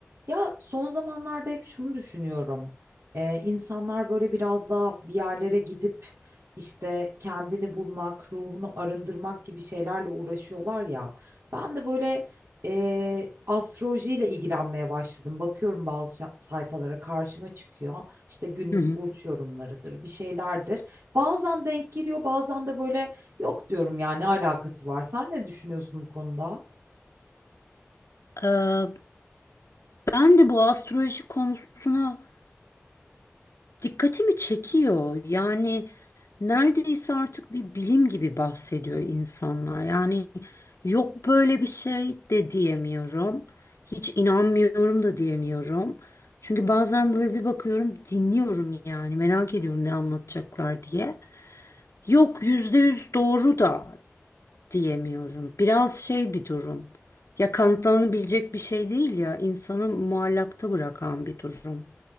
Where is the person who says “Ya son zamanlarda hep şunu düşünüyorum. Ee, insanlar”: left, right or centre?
Right